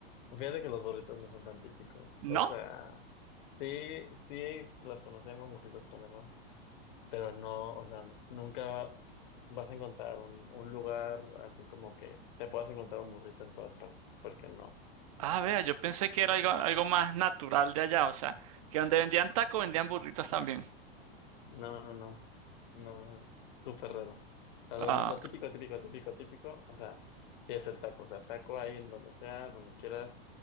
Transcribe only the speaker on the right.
¿No?
Ah, vea, yo pensé que era algo, algo más natural de allá, o sea, que donde vendían tacos vendían burritos también.
Ah,